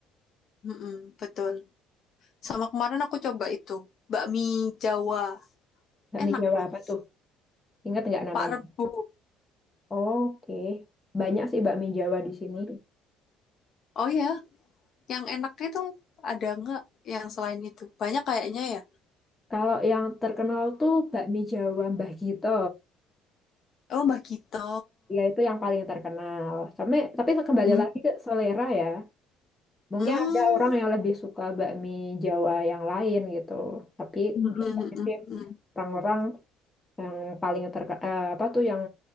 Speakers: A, on the left; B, on the left.
A: mm, mm, betul. Sama kemarin aku coba itu. Bakmi Jawa.
B: Bakmi
A: Enak
B: Jawa
A: loh.
B: apa tuh? Ingat nggak namanya?
A: Pak Rebo.
B: Oke, Banyak sih bakmi Jawa di sini.
A: Oh ya Yang enaknya itu ada nggak yang selain itu? Banyak kayaknya ya.
B: Kalau yang terkenal tuh bakmi Jawa Mbah Gito.
A: Oh, Mbak Gito.
B: Ya itu yang paling terkenal. Tapi, tapi kembali
A: Mm,
B: lagi ke selera ya. Mungkin
A: mm,
B: ada orang yang lebih suka bakmi Jawa yang lain gitu. Tapi
A: mm,
B: biasanya
A: mm, mm,
B: sih
A: mm.
B: orang-orang yang paling terkenal apa tuh yang